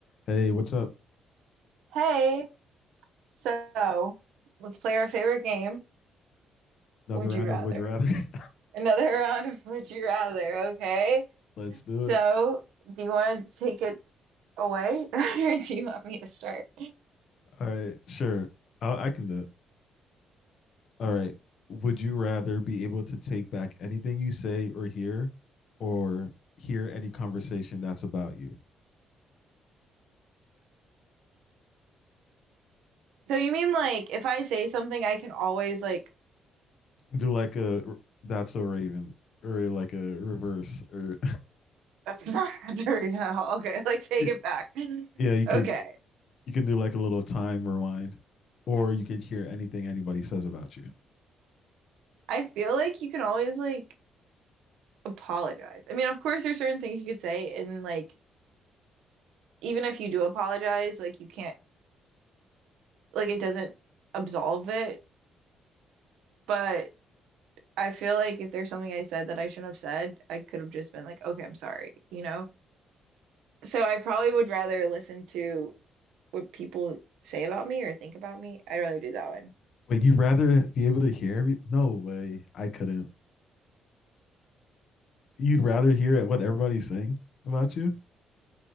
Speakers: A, on the left; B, on the right.
A: Hey, what's up?
B: Hey, so let's play our favorite game.
A: Another
B: Would
A: round
B: you rather?
A: of Would You Rather?
B: Another <laughs> round of Would You Rather, okay?
A: <laughs> Let's do
B: So,
A: it.
B: do you want to take it away <laughs> or do you want me to start?
A: All right, sure. I, I can do it. All right. Would you rather be able to take back anything you say or hear, or hear any conversation that's about you?
B: So, you mean like if I say something, I can always like,
A: You can do like a r- That's a Raven or like a reverse or
B: that's not <laughs> dirty at all. Okay, <laughs> like
A: <laughs>
B: take it back.
A: yeah, you could
B: Okay.
A: You can do like a little time rewind, or you can hear anything anybody says about you.
B: I feel like you can always like apologize. I mean, of course, there's certain things you could say, and like, even if you do apologize, like, you can't, like, it doesn't absolve it But I feel like if there's something I said that I shouldn't have said, I could have just been like, okay, I'm sorry, you know? So I probably would rather listen to what people say about me or think about me. I'd rather do that one.
A: Wait, you'd rather be able to hear every? No way, I couldn't. You'd rather hear what everybody's saying about you?